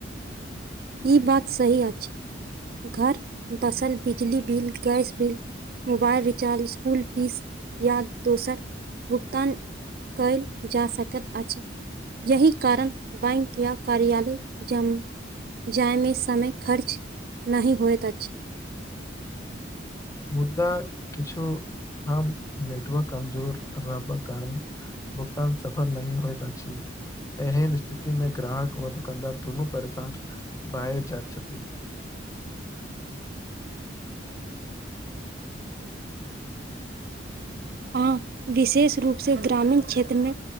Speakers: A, on the right; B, on the left.
A: ई बात सही अछि घर बसल बिजली बिल गैस बि मोबाइल रिचार्ज स्कूल फीस या दोसर भुगतान। कएल जा सकैत अछि यही कारण बैक या कार्यालय जम जाय मे समय खर्च नै होयत अछि।
B: मुद्दा किछु हम नेटवर्क कमजोर रहबक कारण। भुगतान सफल नहि होइत अछि एहन स्थिति मे ग्राहक दुकानदार दुनू परेशान भाए जात छथि।
A: अहाँ विशेष रूपसँ ग्रामीण क्षेत्र मे